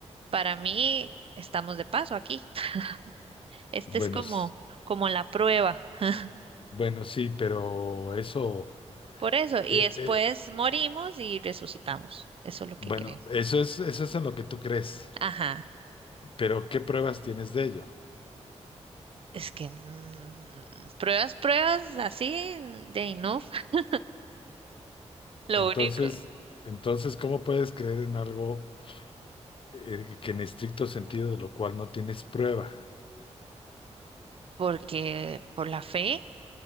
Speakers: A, on the right (about 50°); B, on the left (about 50°).
A: para mí, estamos de paso aquí. <laughs> Este
B: Bueno,
A: es como,
B: s-
A: como la prueba. <laughs>
B: bueno, sí, pero eso...
A: Por eso, y
B: eh,
A: después
B: eh,
A: morimos y resucitamos. Eso es lo
B: Bueno,
A: que creo.
B: eso es, eso es en lo que tú crees,
A: Ajá.
B: pero ¿qué pruebas tienes de ello?
A: Es que mm, pruebas, pruebas así de ahí no. <laughs> Lo
B: Entonces,
A: único,
B: entonces, ¿cómo puedes creer en algo eh, que en estricto sentido de lo cual no tienes prueba?
A: porque por la fe,